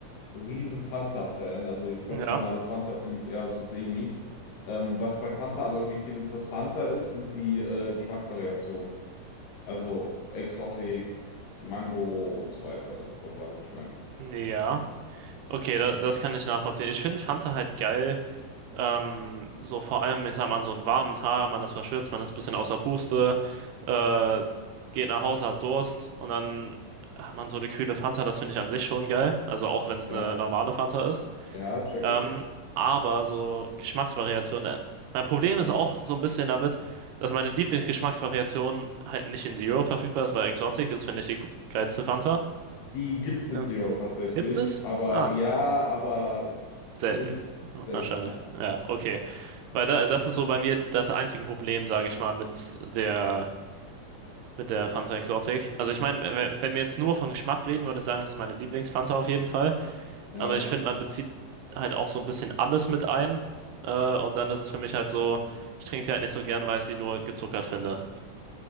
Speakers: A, on the left; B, on the right.
A: riesen Fanta-Fan. Also jetzt
B: Ja,
A: ganz normale Fanta finde ich eher so semi. Ähm, was bei Fanta aber irgendwie viel interessanter ist, sind die äh, Geschmacksvariationen. Also Exotic, Mango und so weiter. Also ich glaube, du weißt, was ich meine.
B: ja. Okay, da, das kann ich nachvollziehen. Ich finde Fanta halt geil Ähm, so vor allem, ich sag mal, an so einem warmen Tag, man ist verschwitzt, man ist ein bisschen außer Puste, äh, geht nach Hause, hat Durst und dann hat man so eine kühle Fanta, das finde ich an sich schon geil. Also auch wenn es
A: Ja,
B: eine normale Fanta ist.
A: ja, check
B: Ähm,
A: ich.
B: aber so Geschmacksvariationen, äh, mein Problem ist auch so ein bisschen damit, dass meine Lieblingsgeschmacksvariation halt nicht in Zero verfügbar ist, weil Exotic ist, finde ich, die ku- geilste Fanta.
A: Die gibt's in
B: Ja.
A: Zero tatsächlich,
B: Gibt es?
A: aber
B: Ah,
A: ja, aber
B: selten.
A: ist selten,
B: Wahrscheinlich.
A: ja.
B: Ja, okay. Weil da, das ist so bei mir das einzige Problem, sage ich mal, mit der, mit der Fanta Exotic. Also ich meine, wenn, wenn wir jetzt nur von Geschmack reden, würde ich sagen, das ist meine Lieblingsfanta auf jeden Fall.
A: Ja,
B: Aber ich finde, man bezieht halt auch so ein bisschen alles mit ein. Äh, und dann ist es für mich halt so, ich trinke sie halt nicht so gern, weil ich sie nur gezuckert finde.